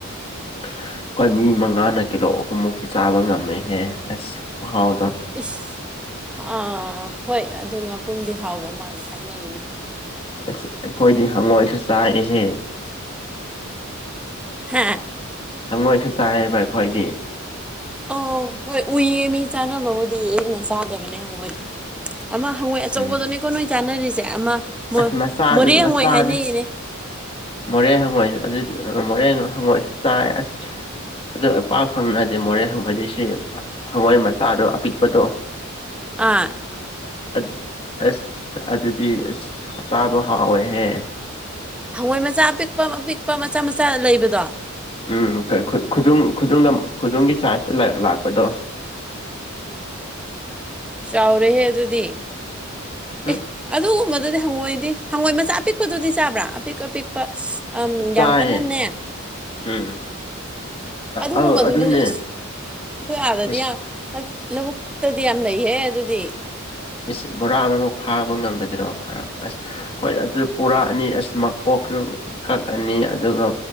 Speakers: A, on the left; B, in the centre.
A: ꯑꯩꯈꯣꯏ ꯃꯤ ꯃꯉꯥꯅ ꯀꯤꯂꯣ ꯑꯍꯨꯝꯃꯨꯛꯀꯤ ꯆꯥꯕ ꯉꯝꯃꯦꯍꯦ ꯑꯁ ꯈꯨꯍꯥꯎꯗꯣ
B: ꯏꯁ ꯑꯥ ꯍꯣꯏ ꯑꯗꯨ ꯉꯥꯄ꯭ꯔꯨꯝꯗꯤ ꯍꯥꯎꯕ ꯃꯥꯜꯂꯦ ꯍꯥꯏꯅꯩꯌꯦ
A: ꯑꯩꯈꯣꯏꯗꯤ ꯍꯪꯉꯣꯏꯁꯨ ꯆꯥꯏꯑꯦꯍꯦ
B: ꯍꯥ
A: ꯍꯪꯉꯣꯏꯁꯨ ꯆꯥꯏꯑꯕ ꯑꯩꯈꯣꯏꯗꯤ
B: ꯑꯣ ꯍꯣꯏ ꯎꯏꯌꯦ ꯃꯤ ꯆꯥꯅꯕꯕꯨꯗꯤ ꯑꯩꯅ ꯆꯥꯗꯕꯅꯦ ꯍꯉꯣꯏꯗꯤ ꯑꯃ ꯍꯪꯉꯣꯏ ꯑꯆꯧꯕꯗꯨꯅꯦꯀꯣ
A: ꯎꯝ
B: ꯅꯣꯏ ꯆꯥꯅꯔꯤꯁꯦ ꯑꯃ
A: ꯑꯁ ꯃꯆꯥꯗꯨ
B: ꯃꯣꯔꯦ ꯍꯪꯉꯣꯏ
A: ꯃꯆꯥꯅꯤ
B: ꯍꯥꯏꯅꯩꯅꯦ
A: ꯃꯣꯔꯦ ꯍꯪꯉꯣꯏꯁ ꯑꯗꯨ ꯃꯣꯔꯦ ꯍꯪꯉꯣꯏꯁꯨ ꯆꯥꯏ ꯑꯁ ꯑꯗꯣ ꯄꯥꯛ ꯐꯪꯅꯗꯤ ꯃꯣꯔꯦ ꯍꯪꯉꯣꯏꯗꯤ ꯁꯤ ꯍꯋꯥꯏ ꯃꯆꯥꯗꯣ ꯑꯄꯤꯛꯄꯗꯣ
B: ꯑꯥ
A: ꯑꯠ ꯑꯁ ꯑꯗꯨꯗꯤ ꯑꯁ ꯆꯥꯕ ꯍꯥꯥꯎꯋꯦꯍꯦ
B: ꯍꯪꯉꯣꯏ ꯃꯆꯥ ꯑꯄꯤꯛꯄ ꯑꯄꯤꯛꯄ ꯃꯆꯥ ꯃꯆꯥ ꯂꯩꯕꯗꯣ
A: ꯎꯝ ꯀꯩ ꯈꯨ ꯈꯨꯗꯨꯝ ꯈꯨꯗꯨꯝꯒ ꯈꯨꯗꯨꯝꯒꯤ ꯁꯥꯏꯖꯇ ꯂꯥꯛꯄꯗꯣ
B: ꯆꯥꯎꯔꯦꯍꯦ ꯑꯗꯨꯗꯤ
A: ꯎꯝ
B: ꯑꯦ ꯑꯗꯨꯒꯨꯝꯕꯗꯨꯗꯤ ꯍꯪꯉꯣꯏꯗꯤ ꯍꯪꯉꯣꯏ ꯃꯆꯥ ꯑꯄꯤꯛꯄꯗꯨꯗꯤ ꯆꯥꯕ꯭ꯔꯥ ꯑꯄꯤꯛ ꯑꯄꯤꯛ ꯄꯁ ꯑꯝ
A: ꯆꯥꯏꯌꯦ
B: ꯌꯥꯝ ꯀꯟꯅꯅꯦ
A: ꯎꯝ
B: ꯑꯗꯨꯒꯨꯝꯕꯗꯨꯗꯤ
A: ꯑꯧ ꯑꯗꯨꯅꯦ
B: ꯑꯁ ꯑꯩꯈꯣꯏ ꯑꯥꯗꯗꯤ
A: ꯏꯁ
B: ꯌꯥꯝ ꯂꯧꯕꯨꯛꯇꯗꯤ ꯌꯥꯝ ꯂꯩꯍꯦ ꯑꯗꯨꯗꯤ
A: ꯏꯁ ꯕꯣꯔꯥ ꯑꯃꯃꯨꯛ ꯐꯥꯕ ꯉꯝꯒꯗ꯭ꯔꯣ ꯐꯥꯔꯛꯄ ꯑꯁ ꯍꯣꯏ ꯑꯗꯨ ꯄꯨꯔꯛꯑꯅꯤ ꯑꯁ ꯃꯀꯣꯛꯁꯨ ꯀꯛꯑꯅꯤ ꯑꯗꯨꯒ